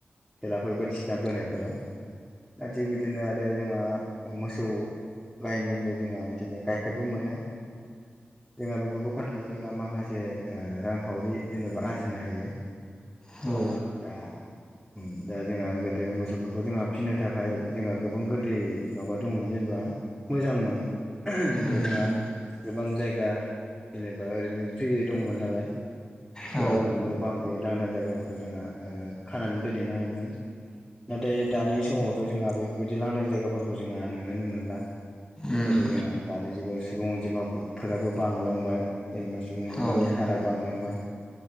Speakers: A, in the centre; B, on the left.
A: थेलाफोर बायदिसिना बोनायफोराव दा थिग बिदिनो आरो जोंहा मोसौ गायनिफ्राय जोंहा बिदिनो गाइखेरबो मोनो जोंहा बेफोरखौ फाननानै जोंहा माखासे ओ रांखावरि जेनेबा आरजिनो हायो।
B: औ
A: दा उम दा जोंहा गोदो मोसौफोरखौ जोंहा फिसिनो थाखाय जोंहा गोबां गोदै माबा दङमोन जेनेबा मोजांमोन। जेनेबा
B: हुम
A: जोंहा गोबां जायगा जेनेबा ओरैनो फ्रियै दंमोन नालाय
B: औ
A: जेनेबा न' बां गैयै लांदां जायगा फोरथ' जोंहा ओ खानानै दोनहैनो हायोमोन नाथाय दानि समावथ' जोंहा बेफोरबायदि लांदां जायगाफोरखौ जोंहा नुनोनो मोनला
B: उम
A: जेरै जोंहा दानि जुगाव सुबुं अनजिमाफोराबो बांलांबाय जेनेबा सुबुं
B: औ
A: अनजिमानि
B: उम
A: हारा बांलांबाय